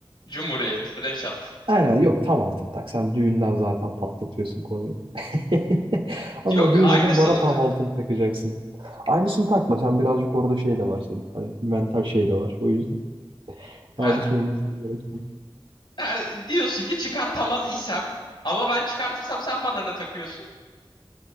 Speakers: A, on the left (about 60°); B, on the right (about 70°).
A: Cumhuriyet. Reşat.
B: Aynen yok tam altın tak. Sen düğünden zaten patlatıyorsun konuyu. <laughs> Ama
A: Yok
B: düğününde
A: aynısını.
B: bana tam
A: da-
B: altın takacaksın. Aynısını takma. Sen birazcık orada şey de var senin. Hani mental şey de var. O yüzden
A: Ha
B: aynısı olmasına gerek yok.
A: Ha, diyorsun ki çıkartamaz isem ama ben çıkartırsam sen bana ne takıyorsun?